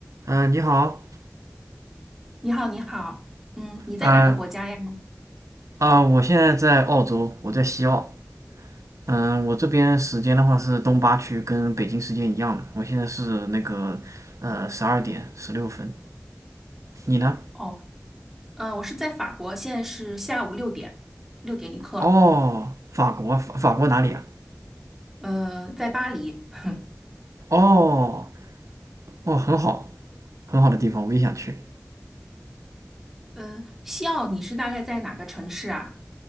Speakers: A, on the right; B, in the centre.
A: 嗯、呃你好，
B: 你好，你好，嗯，你在哪个国家呀？
A: 嗯啊、我现在在澳洲，我在西澳。嗯、我这边时间的话是东八区，跟北京时间一样的。我现在是那个呃十二点十六分。你呢？
B: 哦，嗯，我是在法国，现在是下午六点，六点一刻，
A: 哦，法国，法法国哪里啊？
B: 呃，在巴黎，<laughs> 哼，
A: 哦哦，很好，很好的地方，我也想去。
B: 嗯，西奥，你是大概在哪个城市啊？